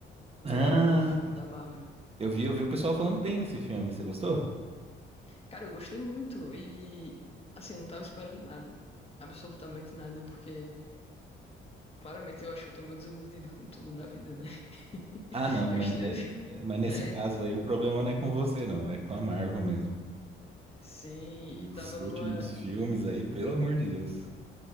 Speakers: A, on the right; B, on the left.
A: Ah,
B: que é um novo filme da Marvel.
A: eu vi, eu vi o pessoal falando bem desse filme. Você gostou?
B: Cara, eu gostei muito e, assim, eu não tava esperando nada. Absolutamente nada, porque claramente eu acho que eu tô meio desiludida com tudo na vida, né? <laughs>
A: Ah, não,
B: Eu,
A: mas,
B: est-
A: ne-
B: <laughs>
A: mas nesse
B: é,
A: caso aí o problema não é com você, não. É com a Marvel mesmo.
B: sim,
A: E
B: e
A: os
B: tava
A: últimos
B: numa.
A: filmes aí, pelo amor de Deus.